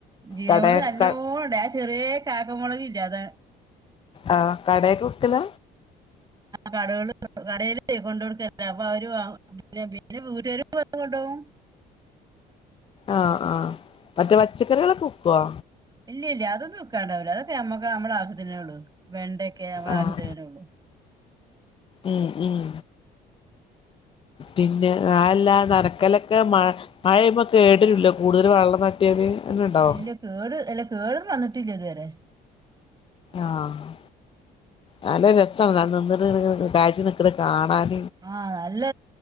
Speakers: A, on the right (about 25°); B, on the left (about 30°).
A: ചീരമുളക്
B: കടേ
A: നല്ലോണം
B: ക
A: ഉണ്ടായി ആ ചെറിയ കാരം മുളകില്ലേ അത
B: ആഹ് കടയിക്ക് കൊടുകൂല്ല
A: കടകള് കടേൽ കൊണ്ട കൊടുക്ക അപ്പൊ അവര് വാങ്ങും പിന്നെ വീട്ടുകാര് കൊണ്ടോവും
B: ആഹ് ആഹ് മറ്റേ പച്ചക്കറികളൊക്കെ വിക്കുവാ
A: ഇല്ല ഇല്ല അതൊന്നും ഉക്കാണ്ടാവില്ല അതൊക്കെ നമ്മക്ക് നമ്മട ആശ്യത്തിന ഉള്ളു വെണ്ടക്ക നമ്മട
B: ആഹ്
A: ആവശ്യത്തിനെ ഉള്ളു
B: ഉം ഉം
A: <inaudible>
B: പിന്നെ നല്ല നനക്കലൊക്കെ മഴ മഴയ കേട്ട ലില്ല കൂടുതൽ വെള്ളം നട്ട കുട്ടിയത് എന്നെ ഉണ്ടാവോ
A: ഇല്ല കേട് അല്ല കേടൊന്നും വന്നിട്ടില്ല ഇതുവരെ
B: ആഹ് നല്ല രസമാണ് ഞാൻ നിന്നിട്ട് കാഴ്ച നിക്കട കാണാൻ
A: ആഹ് നല്ല